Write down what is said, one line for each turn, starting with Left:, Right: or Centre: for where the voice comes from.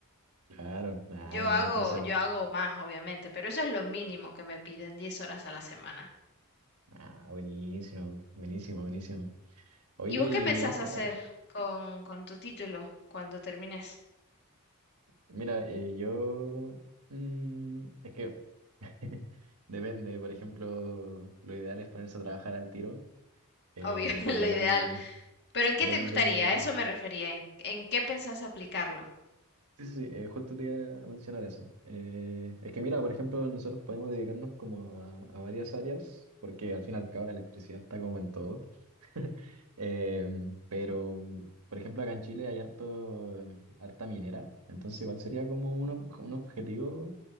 Right: Claro, nada,
Left: Yo
Right: nada,
Left: hago,
Right: entonces,
Left: yo hago más, obviamente, pero eso es lo mínimo que me piden 10 horas a la semana.
Right: ah, buenísimo, buenísimo, buenísimo. Oye,
Left: ¿Y vos
Right: y
Left: qué pensás
Right: hasta,
Left: hacer
Right: eh,
Left: con, con tu título cuando termines?
Right: mira, eh, yo, mm, es que <laughs> depende, por ejemplo, lo ideal es ponerse a trabajar al tiro, eh,
Left: Obvio, <laughs> lo
Right: pero igual
Left: ideal. Pero ¿en
Right: depende,
Left: qué te gustaría? A eso me refería. ¿En, en qué pensás aplicarlo?
Right: Sí, sí, sí, eh, justo te iba a mencionar eso. Eh, es que mira, por ejemplo, nosotros podemos dedicarnos como a, a varias áreas, porque al fin y al cabo la electricidad está como en todo. <laughs> Eh, pero, por ejemplo, acá en Chile hay harto, harta minera, entonces igual sería como un, ob- un objetivo